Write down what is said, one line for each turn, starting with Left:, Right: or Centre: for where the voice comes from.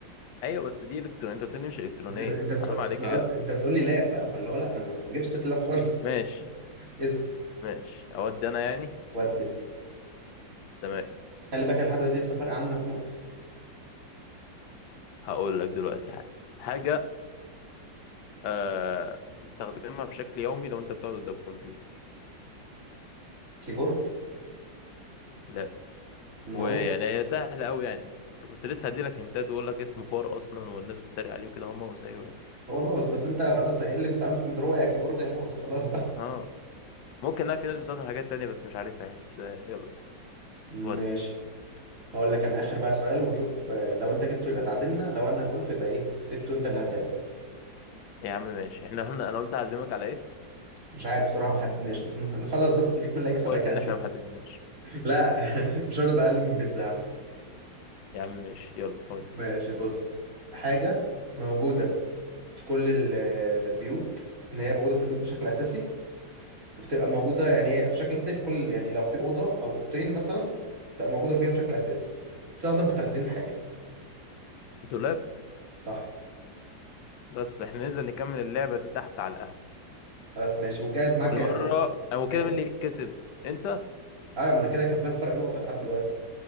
Left: ايوه بس دي الكترونيه انت قلت لي مش الكترونيه
Right: انت انت بتقول
Left: حرام عليك
Right: انا
Left: يا
Right: قصدي
Left: جدع
Right: انت بتقول لي لاب بقى فاللي هو لا انا ما جبتش سيره اللاب خالص
Left: ماشي
Right: <laughs> اسال
Left: ماشي اودي انا يعني
Right: ود انت
Left: تمام
Right: خلي بالك انا لحد دلوقتي لسه فارق عنك نقطه
Left: هقول لك دلوقتي حاجه حاجه آه بتستخدمها بشكل يومي لو انت بتقعد قدام كمبيوتر
Right: كيبورد
Left: لا ويعني
Right: ماوس
Left: هي سهله قوي يعني بس كنت لسه هدي لك هنتات واقول لك اسمه خوار اصلا والناس بتتريق عليه كده هم وزيه يعني
Right: هو ماوس بس انت خلاص ايه اللي بتستعمله في الكمبيوتر هو يا كيبورد يا ماوس خلاص بقى
Left: اه ممكن لا في ناس بتستخدم حاجات تانية بس مش عارفها يعني بس آه، يلا
Right: ماشي
Left: ودي
Right: هقول لك انا اخر بقى سؤال ونشوف آه، لو انت جبته يبقى تعادلنا لو انا قلته يبقى ايه كسبته انت اللي هتعزم
Left: يا عم ماشي احنا هنا انا قلت اعزمك على ايه
Right: مش عارف بصراحة ما حددناش بس ن- نخلص بس نشوف مين اللي
Left: طب
Right: هيكسب
Left: كويس
Right: بعد كده
Left: ان
Right: نشوف
Left: احنا ما حددناش
Right: لا <laughs> مش هرضى بقلل من بيتزا يا عم
Left: يا عم ماشي يلا ودي
Right: ماشي بص حاجة موجودة في كل ال- البيوت ان هي موجودة في البيوت بشكل اساسي وبتبقى موجودة يعني هي في شكل اساسي في كل يعني لو في أوضة او أوضتين مثلا بتبقى موجودة فيها بشكل اساسي وبتستخدم في تخزين حاجة
Left: دولاب
Right: صح
Left: بس احنا ننزل نكمل اللعبه دي تحت على القهوه
Right: خلاص ماشي والجايز معاك
Left: وبالمره
Right: يعني تق-
Left: او
Right: <laughs>
Left: كده
Right: ايوه
Left: مين اللي كسب انت
Right: ايوه ما انا كده كسبان فرق نقطة لحد دلوقتي